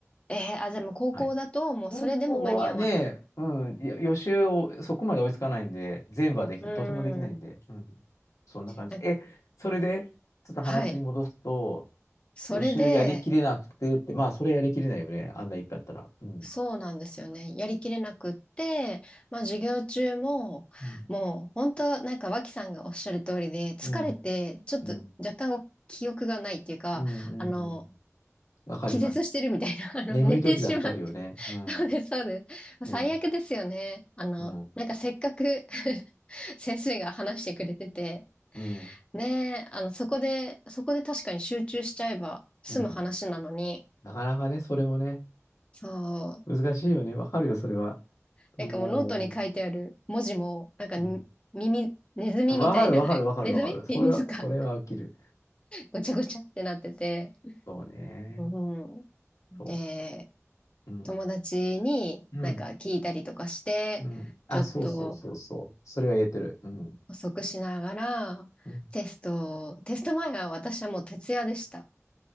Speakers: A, on the left; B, on the left.
A: えー、あ、でも高校だともうそれでも間に合わない。
B: はい。高校はね、うん、いや予習をそこまで追いつかないんで、全部はでき、
A: う
B: とてもできないんで、
A: ん。
B: うん、そんな感じ。
A: あ
B: え、それで、ちょっと話戻すと、
A: はい。それで、
B: 予習やりきれなくてって、まあ、それやりきれないよね、あんないっぱいあったら。うん。
A: そうなんですよね。やりきれなくって、まあ授業中も、
B: うん。
A: もう本当なんか脇さんがおっしゃる通りで、疲れて、
B: うん。
A: ちょっと若干記憶がないっていうか、
B: うん。うん。うん。
A: あの、
B: うんわかります。
A: 気絶してるみたいな、<laughs> あの、
B: 眠い時だってあるよね。
A: 寝てしまう、
B: うん。
A: <laughs> そうです、そうです。
B: ね。
A: 最悪ですよね。あの、
B: うん。
A: なんかせっかく <laughs> 先生が話してくれてて、
B: うん。
A: ねえ、あの、そこで、そこで確かに集中しちゃえば済む話なのに、
B: うん。なかなかね、それもね、
A: そう、
B: 難しいよね。わかるよ、それは。
A: なんかもうノートに書いてある文字も、
B: もう。
A: なんかに耳、
B: うん
A: ネズミみたいな、
B: わかるわかるわかるわかる。
A: <laughs> ネズミミミズか、
B: それは、それは起きる。
A: ごちゃごちゃってなってて、
B: そうね。
A: うん。で、
B: そう。うん。
A: 友達になんか聞いたりとかして、
B: うん。うん。あ、
A: ちょっと、
B: そうそうそうそう。それは言えてる。うん。
A: 補足しながら、
B: うん。
A: テストを、テスト前は私はもう徹夜でした。